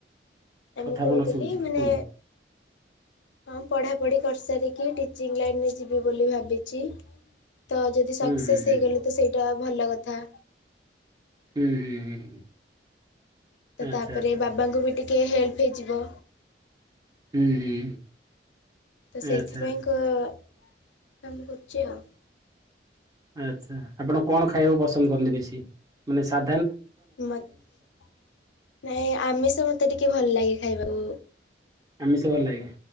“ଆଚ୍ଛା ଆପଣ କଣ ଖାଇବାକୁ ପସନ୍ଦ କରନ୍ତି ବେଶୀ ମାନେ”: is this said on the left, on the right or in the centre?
Right